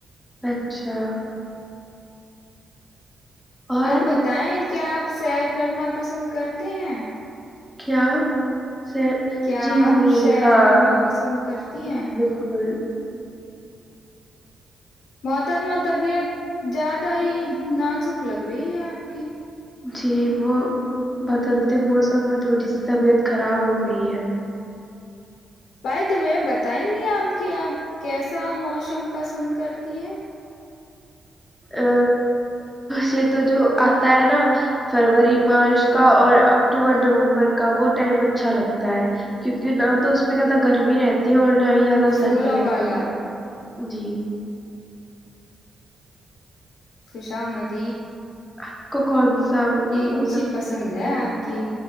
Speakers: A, in the centre; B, on the left.
A: اچھا اور
B: آپ بتائیں کیا آپ سیر کرنا پسند کرتے ہیں
A: کیا سے
B: کیا
A: جی
B: آپ
A: جی
B: سیر
A: ہاں
B: کرنا پسند کرتی ہیں
A: بالکل
B: محترمہ طبیعت زیادہ ہی نازک لگ رہی ہے آپ کی
A: جی وہ بدلتے موسم میں تھوڑی سی طبیعت خراب ہو گئی ہے
B: بائی دبے بتائیں گی آپ کیا آپ کیسا موسم پسند کرتی ہیں
A: ا ج تو جو آتا ہے نا فروری مارچ کا اور اکتوبر نومبر کا وہ ٹائم اچھا لگتا ہے کیونکہ نہ تو اس میں زیادہ گرمی رہتی ہے اور ہی زیادہ
B: پھولوں
A: سردی رہتی
B: والا
A: ہے جی
B: خشامد
A: آپ کو کون سا مومتا
B: اونچی پسند
A: ہے
B: آپ کی